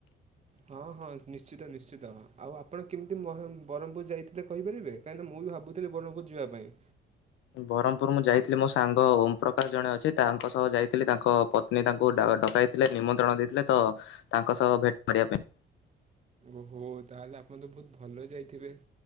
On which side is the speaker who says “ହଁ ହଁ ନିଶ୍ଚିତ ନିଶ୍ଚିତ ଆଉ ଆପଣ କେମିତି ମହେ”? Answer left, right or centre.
Right